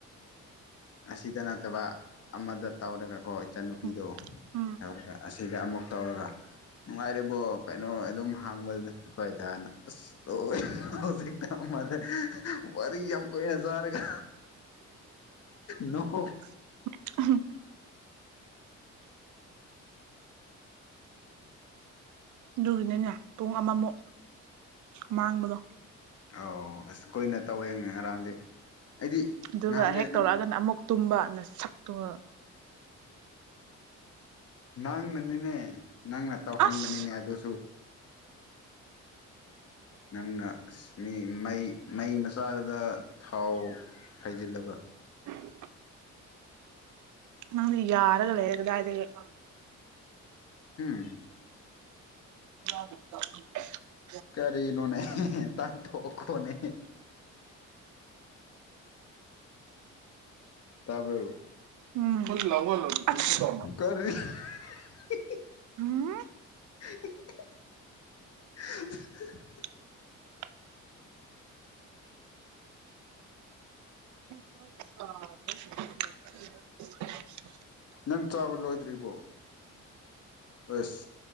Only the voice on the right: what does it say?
ꯎꯝ ꯎꯝ
<unintelligible> ꯑꯗꯨꯒꯤꯅꯅꯦ ꯄꯨꯡ ꯑꯃꯃꯨꯛ ꯃꯥꯡꯕꯗꯣ
ꯑꯗꯨꯒ
ꯍꯦꯛ
ꯇꯧꯔꯛꯑꯒꯅ ꯑꯃꯨꯛ ꯇꯨꯝꯕ ꯅꯁꯛꯇꯨꯒ
ꯑꯁ
<unintelligible> ꯅꯪꯗꯤ ꯌꯥꯔꯒ ꯂꯩꫪ ꯀꯗꯥꯏꯗꯒꯤ
<unintelligible>
ꯎꯝ ꯑꯁ
ꯑꯝ
<unintelligible> ꯍꯣ <unintelligible>